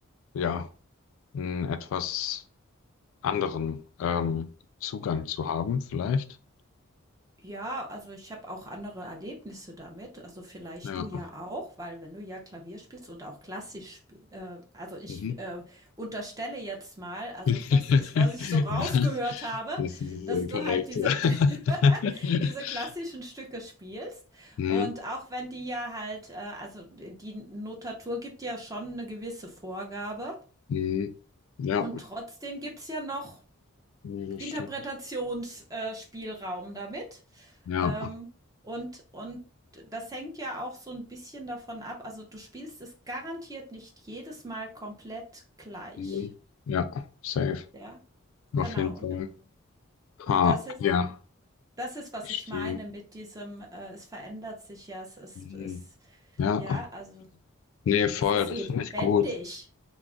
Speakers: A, on the left; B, on the right.
A: ja einen etwas anderen ähm, Zugang zu haben, vielleicht.
B: Ja, also ich habe auch andere Erlebnisse damit. Also vielleicht
A: Ja.
B: du ja auch, weil wenn du ja Klavier spielst und auch klassisch spielst, äh, also ich
A: Mhm.
B: äh, unterstelle jetzt mal, also
A: <laughs>
B: das ist, was ich so rausgehört
A: Ja,
B: habe,
A: das ist äh,
B: dass du
A: korrekt.
B: halt diese,
A: ja.
B: <laughs>
A: <laughs>
B: diese klassischen Stücke spielst.
A: Mhm.
B: Und auch wenn die ja halt, äh, also die Notatur gibt ja schon eine gewisse Vorgabe
A: Mhm. Ja.
B: und trotzdem gibt's ja noch
A: Ja, das
B: Interpretationsspielraum
A: stimmt.
B: damit.
A: Ja.
B: Ähm, und und das hängt ja auch so ein bisschen davon ab also, du spielst es garantiert nicht jedes Mal komplett gleich,
A: Mhm. Ja, safe.
B: ja?
A: Auf
B: Genau,
A: jeden Fall.
B: und und
A: Ha,
B: das ist
A: ja,
B: das ist, was
A: verstehe.
B: ich meine mit diesem, äh, es verändert sich ja, es es
A: Mhm.
B: es
A: Ja.
B: ja, also,
A: Nee, voll,
B: es ist
A: das
B: lebendig.
A: finde ich gut.